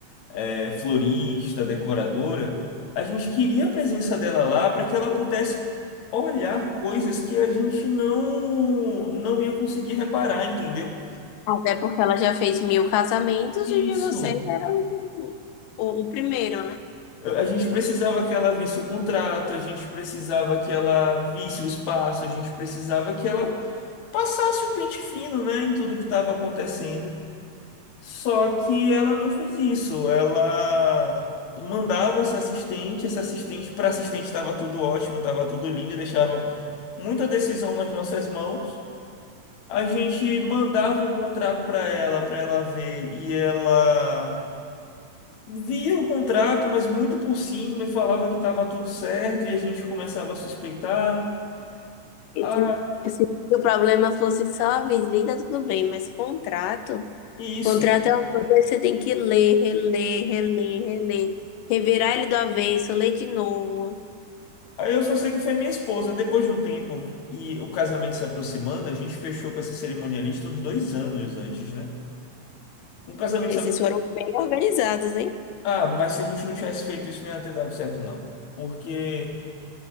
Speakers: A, on the left (about 65°); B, on the left (about 80°).
A: é, florista, decoradora, a gente queria a presença dela lá para que ela pudesse olhar coisas que a gente não não ia conseguir reparar, entendeu?
B: Até porque ela já fez mil casamentos e de
A: Isso.
B: vocês era o, o, o primeiro, né?
A: A gente precisava que ela visse o contrato, a gente precisava que ela visse o espaço, a gente precisava que ela passasse o pente fino, né, em tudo que estava acontecendo. Só que ela não fez isso. Ela mandava essa assistente, essa assistente para assistente estava tudo ótimo, estava tudo lindo, deixava muita decisão nas nossas mãos. A gente mandava um contrato para ela, para ela ver, e ela via o contrato, mas muito por cima e falava que estava tudo certo e a gente começava a suspeitar.
B: E
A: Ah,
B: Se, se o problema fosse só a visita, tudo bem, mas contrato,
A: isso.
B: contrato é uma coisa que você tem que ler, reler, reler, reler, revirar ele do avesso, ler de novo.
A: Aí eu só sei que foi minha esposa. Depois de um tempo e o casamento se aproximando, a gente fechou com essa cerimonialista uns dois anos antes, né? Um casamento
B: Esses
A: se aproximando.
B: foram bem organizados, hein?
A: Ah, mas se a gente não tivesse feito isso, não ia ter dado certo, não. Porque